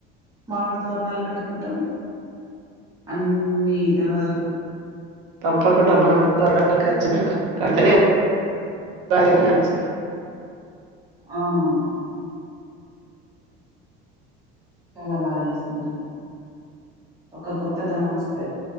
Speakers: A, on the right; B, on the right.
A: మామిడి తోరణాలు కట్టుకుంటాము అన్ని దర్వాదలకు
B: తప్పకుండా <inaudible> కచిన అది ఇలా దంచి
A: అవునవును చాలా బాగా వేసుకుంటాం ఒక కొత్తదనం వస్తేది